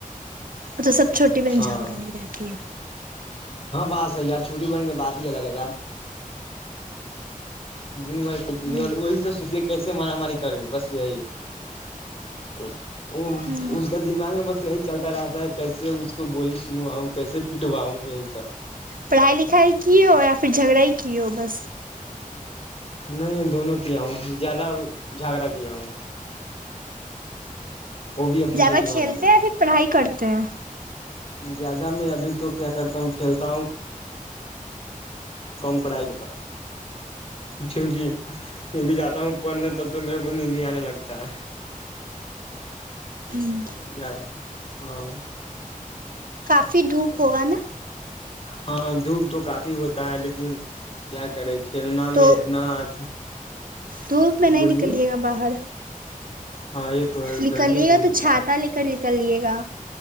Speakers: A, on the right; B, on the left.
A: ا تو سب چھوٹی بہن
B: ہاں
A: جھگڑوںنی رہتی ہے
B: ہاں بس ہےی یار چھوٹی بن کے بات ہی الگ ہے یار د م
A: ہوں
B: وہی س سوے کیسے ماراماری کرے ہو بس ا <inaudible> وہ
A: ہوں
B: اس کا دماغ میں بس یہی چلتا رہتا ہے کیسے تو بول سنواؤں کیسے پٹواؤں یہی سب
A: پڑھائی لکھائی کی ہو یا پھر جھگڑا ہی کی رکیو بس
B: نہیں دونوں کیا ہوں زیادہ جھگڑا کیا ہوں وہ بھی اپنی
A: زیادہ
B: چھوٹی بہن
A: کھیلتے
B: سے
A: ہیںیا پھر پڑھائی کرتے تو
B: زیادہ میں ابھی تو کیا کرتا ہوں کھیلتا ہوں کم پڑھائی کا کیونکہ میں بھی جاتا ہوں پڑھنے تب تو میرے کو نیند ہی آنے لگتا ہے
A: ہوں
B: جیا ہاں
A: کافی دھوپ ہوگا نا
B: ہاں دھوپ تو کافی ہوتا ہے لیکن کیا کرے گا کھیلنا
A: تو
B: میں اتنا اچھا
A: دھوپ میں نہیں
B: بولیے
A: نکلیے گا باہر
B: ہاں یہ تو ہے
A: نکلیے
B: گرمی بہت
A: گا تو چھاتا
B: کا
A: لے کر نکلیے گا